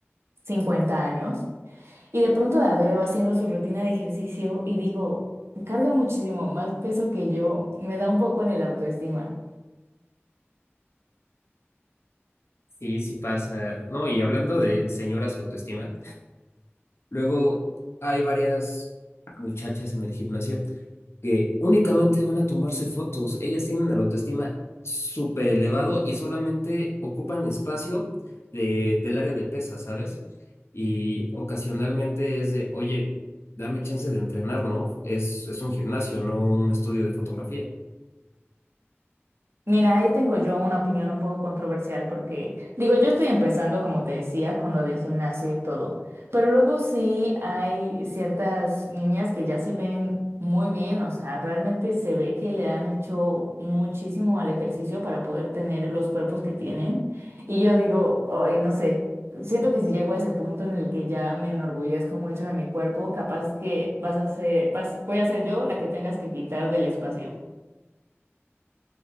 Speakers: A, on the right (about 65°); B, on the left (about 70°).
A: 50 años. Y de pronto la veo haciendo su rutina de ejercicio y digo, carga muchísimo más peso que yo, me da un poco en el autoestima.
B: Sí, sí pasa. No, y hablando de señoras y autoestima, luego hay varias muchachas en el gimnasio que únicamente van a tomarse fotos. Ellas tienen la autoestima súper elevado y solamente ocupan espacio de, del área de pesas, ¿sabes? Y ocasionalmente es de, oye, dame chance de entrenar, ¿no? Es, es un gimnasio, no un estudio de fotografía.
A: Mira, ahí tengo yo una opinión un poco controversial porque, digo, yo estoy empezando, como te decía, con lo del gimnasio y todo, pero luego sí hay ciertas niñas que ya se ven muy bien, o sea, realmente se ve que le han hecho muchísimo al ejercicio para poder tener los cuerpos que tienen. Y yo digo, ay, no sé, siento que si llego a ese punto en el que ya me enorgullezco mucho de mi cuerpo, capaz que vas a ser, vas, voy a ser yo la que tengas que quitar del espacio.